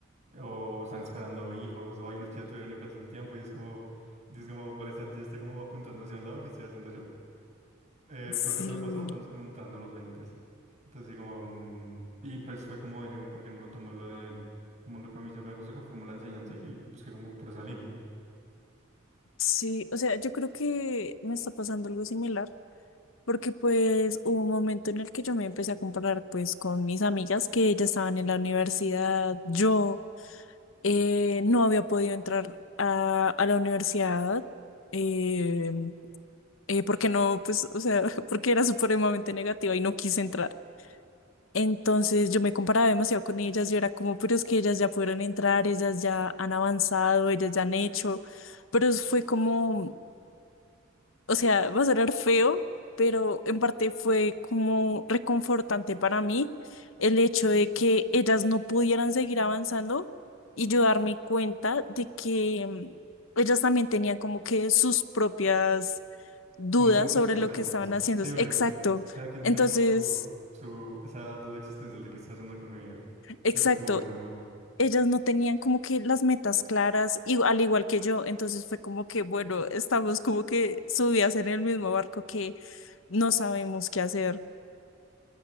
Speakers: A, on the right; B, on the left.
A: o están esperando hijos, o hay unos que ya tuvieron hijos hace un tiempo y es como, y es como, vale, Santi ya está como apuntando hacia un lado que estoy haciendo yo. Eh,
B: sí,
A: pero eso me pasó más o menos como entrando a los 20. Entonces, sí, como, mm, y pues fue como dije, como, ¿por qué no retomo lo de, como lo que a mí siempre me gusta, que fue como la enseñanza y busqué como por esa línea.
B: sí, o sea, yo creo que me está pasando algo similar, porque pues hubo un momento en el que yo me empecé a comparar pues con mis amigas que ya estaban en la universidad, yo eh, no había podido entrar a, a la universidad, eh, eh, porque no, pues, o sea, <laughs> porque era supremamente negativa y no quise entrar. Entonces yo me comparaba demasiado con ellas, yo era como, pero es que ellas ya pudieron entrar, ellas ya han avanzado, ellas ya han hecho, pero es- fue como, o sea, va a sonar feo, pero en parte fue como reconfortante para mí el hecho de que ellas no pudieran seguir avanzando y yo darme cuenta de que mm, ellas también tenían como que sus propias dudas
A: Cuando uno tiene sus
B: sobre
A: problemas,
B: lo que estaban haciendo.
A: sí, obvio,
B: Exacto.
A: cada quien tiene
B: Entonces...
A: como su, su, esa duda existencial de qué está haciendo con mi vida. Siento
B: Exacto,
A: que es como muy normal.
B: ellas no tenían como que las metas claras, y, al igual que yo, entonces fue como que, bueno, estamos como que subidas en el mismo barco que no sabemos qué hacer.